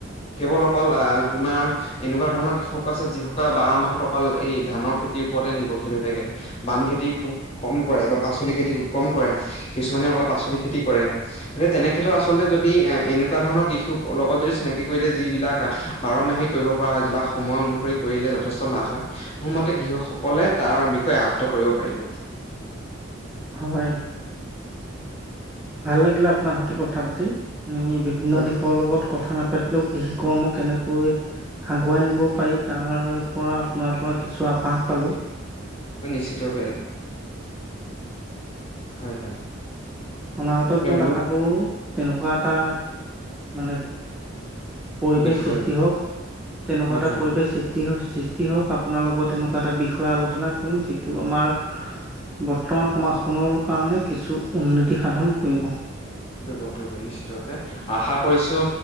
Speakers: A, on the left; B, in the centre.
A: কেৱল অকল আহ তোমাৰ এনেকুৱা ধৰণৰ কৃষক আছে, যিসকলে বাৰ মাহত অকল এই ধানৰ খেতিৰ ওপৰতে নিৰ্ভৰশীল হৈ থাকে। বাম খেতি খুব কম কৰে বা পাচলি খেতিব কম কৰে, কিছুমানে অকল পাচলি খেতি কৰে। <unintelligible> তেনে ক্ষেত্ৰত আচলতে যদি এ-এনেকুৱা ধৰণৰ কৃষিৰ লগত যদি চিনাকি কৰি দিয়ে যিবিলাক বাৰ মাহেই কৰিব পৰা হয় যে বা সময় অনুসৰি কৰিলে যথেষ্ট লাভ হয়। মোৰ মতে কৃষকসকলে তাৰ বিষয়ে আয়ত্ত্ব কৰিব পাৰিব।
B: হয়। ভাল লাগিলে আপোনাৰ সৈতে কথা পাতি। <unintelligible> অন্য
A: হয়
B: দিশৰ
A: হয়।
B: লগত কথা নাপাতিলেও কৃষি কৰ্ম কেনেকৈ আগুৱাই নিব পাৰি তাৰ পৰা আপোনাৰ পৰা কিছু আভাস পালো।
A: নিশ্চিতৰূপে। হয়, হয়।
B: অনাগত দিনত
A: মোৰো
B: আশা কৰোঁ তেনেকুৱা এটা মানে পৰিৱেশ
A: বিষয়
B: সৃষ্টি হওক। তেনেকুৱা
A: হয়
B: এটা
A: হয়
B: পৰিৱেশ সৃ টি হওঁ, সৃষ্টি হওঁক আপোনাৰ লগত এনেকুৱা এটা বিষয় আলোচনা কৰিম যিটো আমাৰ বৰ্তমান সমাজখনৰো কাৰণে কিছু উন্নতি সাধন কৰিব।
A: কৰিব, কৰিব। নিশ্চিত ৰূপে, আশা কৰিছোঁ,